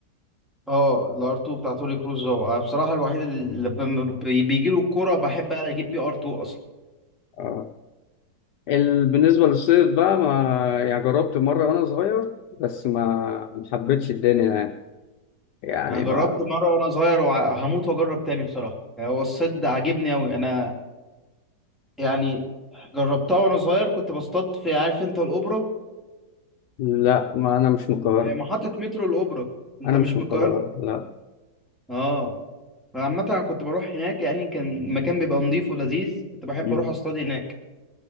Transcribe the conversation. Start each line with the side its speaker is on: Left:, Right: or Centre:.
Centre: اه الار 2 بتاع توني كروز ده هو- أنا بصراحه الوحيد اللي لما بيجي له الكوره بحب اجيب بيه ار 2 اصلا
Left: اه ال... بالنسبة للصيد بقى ما يعني جربت مرة وأنا صغير بس ما ما حبيتش الدنيا يعني يعني
Centre: انا جربت
Left: ما
Centre: مره وانا صغير وهموت واجرب تاني بصراحه يعني هو الصد عاجبني قوي انا يعني جربتها وانا صغير كنت بصطاد في عارف انت الاوبرا
Left: لا ما أنا مش من القاهرة
Centre: محطه مترو الاوبرا انت
Left: أنا
Centre: مش
Left: مش من
Centre: من
Left: القاهرة
Centre: القاهره
Left: لا
Centre: اه عامة أنا كنت بروح هناك يعني كان المكان بيبقى نضيف ولذيذ كنت بحب
Left: مم.
Centre: أروح أصطاد هناك